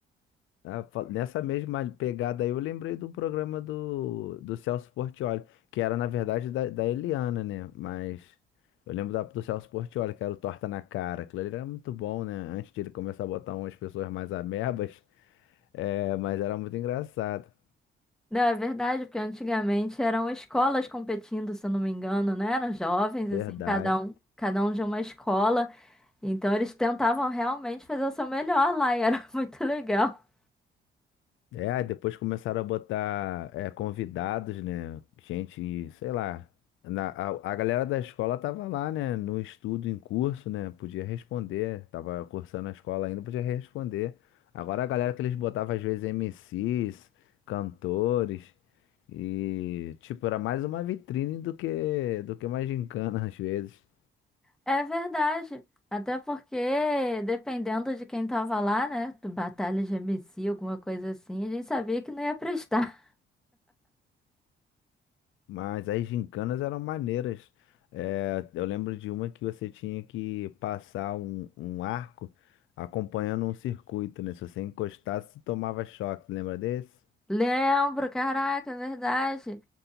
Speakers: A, on the left (about 80°); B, in the centre.
A: Ah, fa- Nessa mesma pegada aí, eu lembrei do programa do, do Celso Portiolli, que era, na verdade, da, da Eliana, né? Mas eu lembro da- do Celso Portiolli, que era o Torta na Cara. Aquilo ali era muito bom, né? Antes de ele começar a botar umas pessoas mais amebas, é, mas era muito engraçado.
B: Não, é verdade, porque antigamente eram escolas competindo, se eu não me engano, né? Eram jovens,
A: Verdade.
B: assim, cada um, cada um de uma escola. Então eles tentavam realmente fazer o seu melhor lá e era <laughs> muito legal.
A: É, aí depois começaram a botar é, convidados, né? Gente, sei lá. Na, a, a galera da escola tava lá, né? No estudo, em curso, né? Podia responder. Tava cursando a escola ainda, podia responder. Agora a galera que eles botavam, às vezes, MCs, cantores. E, tipo, era mais uma vitrine do que, do que uma gincana, <laughs> às vezes.
B: É verdade. Até porque, dependendo de quem tava lá, né? do Batalha de MC, alguma coisa assim, a gente sabia que não ia prestar.
A: Mas as gincanas eram maneiras. É, eu lembro de uma que você tinha que passar um, um arco acompanhando um circuito, né? Se você encostasse, tomava choque. Lembra desse?
B: <laughs> Lembro, caraca, é verdade.